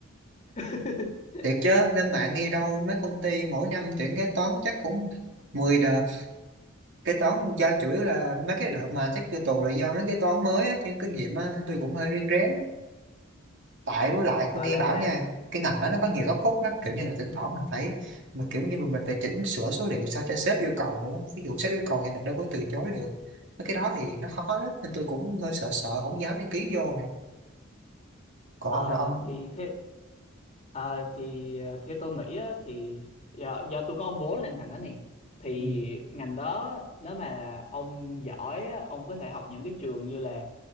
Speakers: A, on the left (about 35°); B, on the right (about 60°).
A: <laughs>
B: Thiệt chứ, lên mạng nghe đâu mấy công ty mỗi năm tuyển kế toán chắc cũng 10 đợt. Kế toán do chủ yếu là mấy cái đợt mà chắc vô tù là do mấy kế toán mới á, chứ kinh nghiệm á, tôi cũng hơi riêng rén. tại với lại tôi
A: Gọi
B: nghe
A: là,
B: bảo
A: là
B: nha cái ngành đó nó có nhiều góc khuất lắm kiểu như là thỉnh thoảng mình phải mình kiểu như mình phải chỉnh sửa số liệu sao cho sếp yêu cầu nữa ví dụ sếp yêu cầu thì mình đâu có từ chối được Mấy cái đó thì nó khó lắm nên tôi cũng hơi sợ sợ không dám đăng ký vô này còn
A: Ờ,
B: ông là ông
A: thì thế ờ, thì ờ, theo tôi nghĩ á, thì do, do tôi có ông bố lên ngành đó nè thì
B: ừ,
A: ngành đó nếu mà ông giỏi á, ông có thể học những cái trường như là